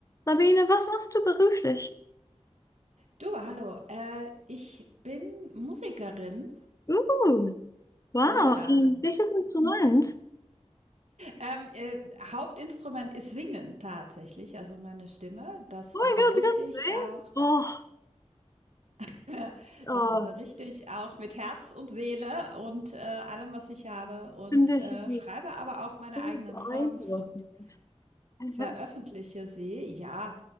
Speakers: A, on the left (about 30°); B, on the right (about 85°).
A: Sabine, was machst du beruflich?
B: Du, hallo. Äh, ich bin Musikerin.
A: Uh, wow,
B: Ja.
A: ähm, welches Instrument?
B: Ähm, äh, Hauptinstrument ist Singen tatsächlich, also meine Stimme. Das
A: Oh
B: unterrichte
A: mein Gott, du kannst
B: ich
A: singen?
B: auch.
A: Oh,
B: <laughs>
A: oh,
B: Das unterrichte ich auch mit Herz und Seele und äh, allem, was ich habe. Und
A: finde
B: äh,
A: ich
B: schreibe aber auch meine
A: so
B: eigenen
A: beeindruckend.
B: Songs und
A: <laughs>
B: veröffentliche sie. Ja,